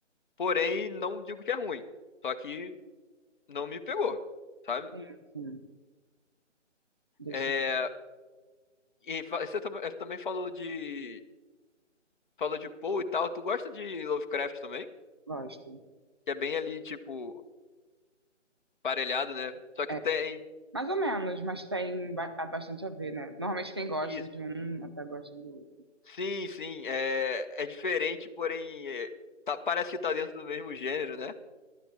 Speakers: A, on the left; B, on the right.
A: Porém, não digo que é ruim. Só que não me pegou, sabe?
B: Sim, sim. Deixa
A: É,
B: eu.
A: E fa- você tam- eh, também falou de falou de Poe e tal. Tu gosta de Lovecraft também?
B: Gosto.
A: Que é bem ali, tipo, parelhado, né? Só que
B: É,
A: tem
B: Mais ou menos, mas tem ba- ah, bastante a ver, né? Normalmente quem
A: isso.
B: gosta de um até gosta do outro.
A: Sim, sim, é, é diferente, porém é, tá- parece que tá dentro do mesmo gênero, né?